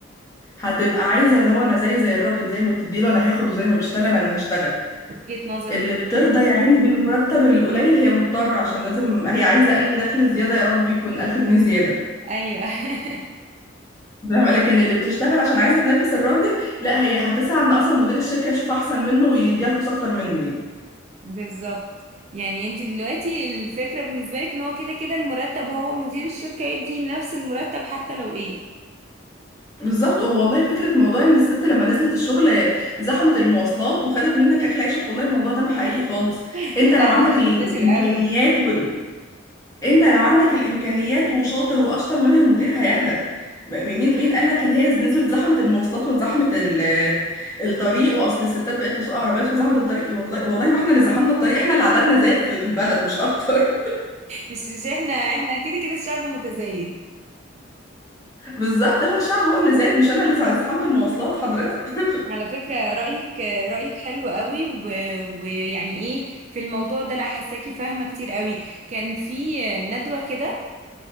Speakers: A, on the left (about 15°); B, on the right (about 35°).
A: هتبقى عايزة اللي هو أنا زي زي الراجل زي ما بتديله أنا هاخد وزي ما بيشتغل أنا هشتغل
B: وجهه نظر
A: اللي
B: بقى
A: بترضى يا عيني بالمرتب القليل هي مضطرة عشان لازم هي عايزة أي دخل زيادة يا رب يكون ألف جنيه زيادة
B: ايوه <laughs>
A: فاهمة لكن اللي بتشتغل عشان عايزة تنافس الراجل لا هي هتسعى إن أصلا مدير الشركة يشوف أحسن منه ويديها فلوس أكتر منه يعني
B: بالظبط يعني انت دلوقتي الفكره بالنسبه لك ان هو كده كده المرتب هو مدير الشركه يدي نفس المرتب حتى لو ايه
A: بالظبط والله فكرة موضوع ان الست لما نزلت الشغل زحمت المواصلات وخدت منك اكل عيشك والله الموضوع ده ما حقيقي خالص
B: <laughs>
A: انت لو
B: لا
A: عندك
B: ده ده
A: ال-
B: منتشر
A: الامكانيات
B: قوي
A: وال... انت لو عندك الامكانيات وشاطر واشطر منها المدير هياخدك م- مين مين قال لك ان هي نزلت زحمة المواصلات وزحمة ال- الطريق واصل الستات بقت تسوق عربيات في زحمة الطريق والله والله ما احنا اللي زحمنا الطريق احنا اللي عددنا زاد في في البلد مش اكتر
B: مش مش احنا احنا كده كده الشعب متزايد
A: <laughs> بالظبط هو الشعب هو اللي زاد مش انا اللي زحمت المواصلات حضرتك
B: على فكرة رأيك رأيك حلو قوي و- ويعني ايه في الموضوع ده لا حساكي فاهمة كتير قوي كان في ندوة كده